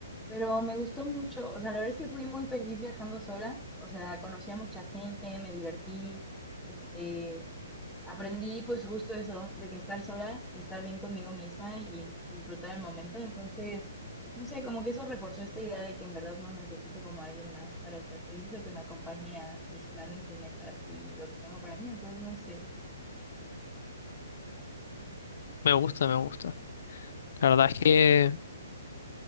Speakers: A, in the centre; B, on the left.
A: pero me gustó mucho, o sea, la verdad es que fui muy feliz viajando sola, o sea, conocí a mucha gente, me divertí, este, aprendí pues justo eso, de que estar sola y estar bien conmigo misma y disfrutar el momento. Entonces, no sé, como que eso reforzó esta idea de que en verdad no necesito como a alguien más para ser feliz o que me acompañe a mis planes y metas y lo que tengo para mí. Entonces, no sé.
B: Me gusta, me gusta. La verdad es que,